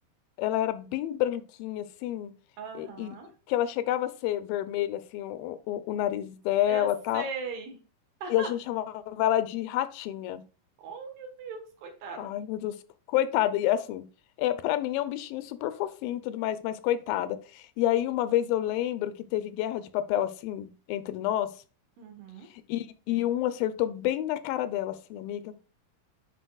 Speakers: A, on the left; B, on the right.
A: ela era bem branquinha, assim,
B: Aham.
A: e, e que ela chegava a ser vermelha, assim, o, o, o nariz dela,
B: Eu sei.
A: tal,
B: <laughs>
A: e a gente chamava ela de ratinha.
B: Oh, meu Deus, coitada.
A: Ai, meu Deus, coitada, e assim, é, para mim é um bichinho super fofinho e tudo mais, mas coitada. E aí, uma vez eu lembro que teve guerra de papel assim entre nós.
B: Uhum.
A: E, e um acertou bem na cara dela, assim, amiga.